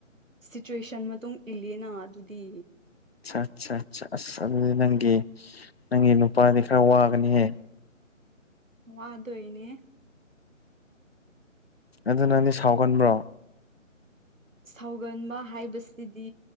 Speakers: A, on the right; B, on the left.
A: ꯁꯤꯆꯨꯋꯦꯁꯟ ꯃꯇꯨꯡ ꯏꯜꯂꯤꯅ ꯑꯗꯨꯗꯤ
B: ꯑ ꯑꯠ ꯑ ꯑꯁ ꯑꯗꯨꯗꯤ ꯅꯪꯒꯤ ꯅꯪꯒꯤ ꯅꯨꯄꯥꯗꯤ ꯈꯔ ꯋꯥꯒꯅꯤꯍꯦ
A: ꯋꯥꯗꯣꯏꯅꯦ
B: ꯑꯗꯨ ꯅꯪꯗꯤ ꯁꯥꯎꯒꯟꯕ꯭ꯔꯣ
A: ꯁꯥꯎꯒꯟꯕ ꯍꯥꯏꯕꯁꯤꯗꯤ